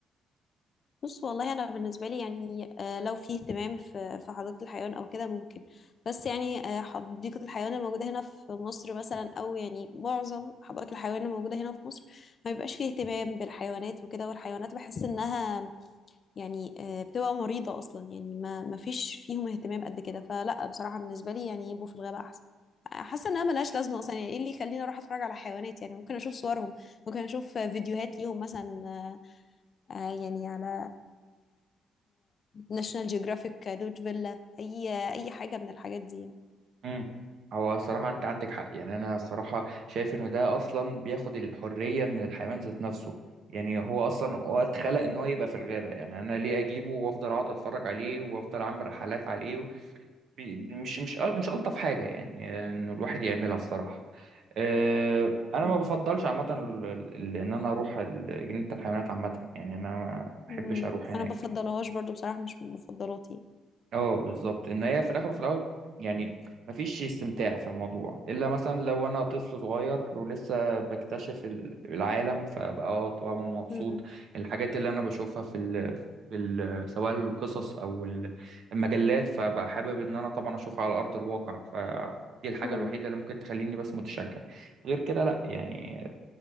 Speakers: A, on the left; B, on the right.
A: بص والله انا بالنسبه لي يعني آه، لو في اهتمام في في حديقه الحيوان او كده ممكن بس يعني آه، حديقه الحيوان الموجوده هنا في مصر مثلا او يعني معظم
B: الغابه
A: حدائق الحيوان الموجوده هنا في مصر ما بيبقاش فيه اهتمام بالحيوانات وكده والحيوانات بحس انها يعني آه، بتبقى مريضه اصلا يعني ما ما فيش فيهم اهتمام قد كده فلا بصراحه بالنسبه لي يعني يبقوا في الغابه احسن حاسه انها ملهاش لازمه اصلا يعني ايه اللي يخليني اروح اتفرج على حيوانات يعني ممكن اشوف صورهم ممكن اشوف فيديوهات ليهم مثلا آه، آه، يعني على ناشونال جيوغرافيك روت فيلا اي اي حاجه من الحاجات دي يعني
B: امم هو الصراحة أنت عندك حق يعني أنا الصراحة شايف إنه ده أصلا بياخد الحرية من الحيوان ذات نفسه يعني هو أصلا هو اتخلق إن هو يبقى في الغابة يعني أنا ليه أجيبه وأفضل أقعد أتفرج عليه وأفضل أعمل رحلات عليه بي- مش مش أ- مش ألطف حاجة يعني آه، إنه الواحد يعملها الصراحة أه، أنا
A: مم.
B: ما بفضلش عامة ال- ال- إن أنا أروح ال- جنينة الحيوانات عامة يعني أنا ما بحبش
A: مم.
B: أروح هناك
A: انا بفضلهاش برضو بصراحه مش من مفضلاتي
B: اه بالظبط ان هي في الاخر وفي الاول يعني مفيش استمتاع في الموضوع الا مثلا لو انا طفل صغير ولسه بكتشف ال- العالم فبقى اه طبعا مبسوط
A: مم.
B: الحاجات اللي انا بشوفها في ال... في ال... سواء القصص او ال- المجلات فبقى حابب ان انا طبعا اشوفها على ارض الواقع فدي الحاجة
A: مم.
B: الوحيدة اللي ممكن تخليني بس متشجع غير كده لا يعني